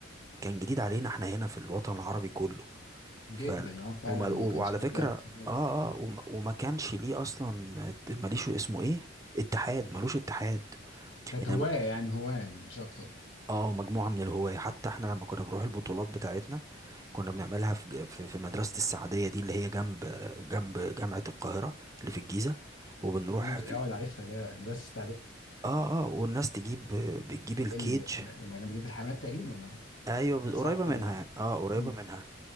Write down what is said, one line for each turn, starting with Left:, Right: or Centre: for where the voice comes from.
Right: كان جديد علينا احنا هنا في الوطن العربي كله
Left: جدا
Right: ف
Left: أه فعلا
Right: وما...
Left: ما
Right: وعلى
Left: كانش حد
Right: فكره
Left: يعرفه خالص
Right: اه اه وما... وما كانش ليه اصلا ماليش اسمه ايه اتحاد ملوش اتحاد
Left: كانت
Right: يعني
Left: هواية يعني هواية مش أكتر.
Right: اه مجموعة من الهواة حتى احنا لما كنا بنروح البطولات بتاعتنا كنا بنعملها في ج- في في مدرسة السعدية دي اللي هي جنب جنب جامعة القاهرة اللي في الجيزة وبنروح
Left: دي انت اقعد
Right: في
Left: عارفها اللي هي مدرسة
Right: اه اه والناس تجيب بتجيب الكيج
Left: ال- ال- جمعية الحيوانات تقريبا ولا
Right: ايوه ب-
Left: صح
Right: قريبة منها
Left: ولا لا؟
Right: يعني اه قريبة
Left: مم.
Right: منها